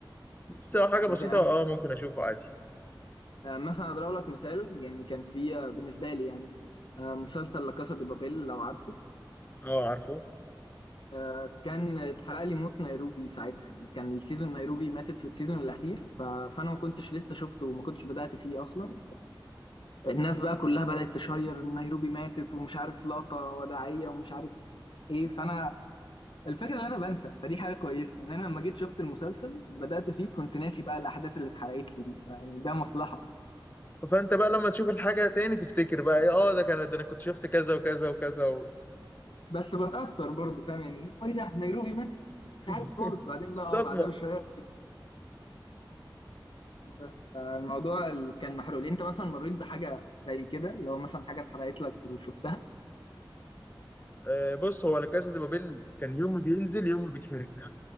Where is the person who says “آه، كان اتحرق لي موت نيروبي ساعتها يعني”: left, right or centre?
Left